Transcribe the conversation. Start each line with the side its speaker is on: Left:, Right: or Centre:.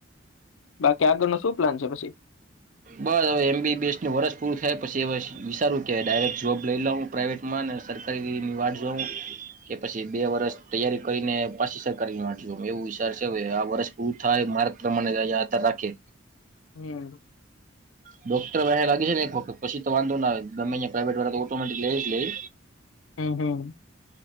Left: બાકી આગળ ન શું પ્લાન છે પછી
Right: બસ હવે એમબીબીએસું વર્ષ પૂરું થાય પછી હવે વિચારવું કે ડાયરેક્ટ જોબ લઈ લાવું પ્રાઇવેટ માં સરકારી વારઝ કે પછી બે વર્ષ તૈયારી કરીને પાછી સરકારી માંડજો એવું વિચાર છે આ વર્ષ પૂરું થાય માર્ગ પ્રમાણે આત્ર રાખે
Left: હમ
Right: ડોક્ટર વા લાગે છે ને એક ફક્ત પછી તો વાંધો ના ગમેં પ્રાઇવેટ વાળા તો ઓટોમેટિક લઈ જ લઈ
Left: હમ હમ